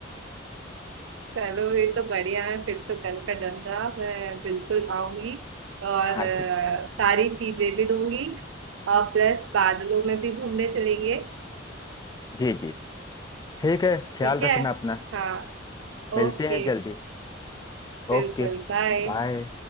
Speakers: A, on the right; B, on the left.
A: चलो ये तो बढ़िया है फिर तो कल का डन था मैं बिल्कुल आऊंगी और
B: हाँ
A: अ,
B: ठीक
A: सारी चीजें भी दूंगी और प्लस बादलों में भी घूमने चलेंगे
B: जी जी ठीक है ख्याल
A: ठीक है
B: रखना अपना
A: हाँ
B: मिलते
A: ओके
B: हैं जल्दी
A: बिल्कुल
B: ओके
A: बाय
B: बाय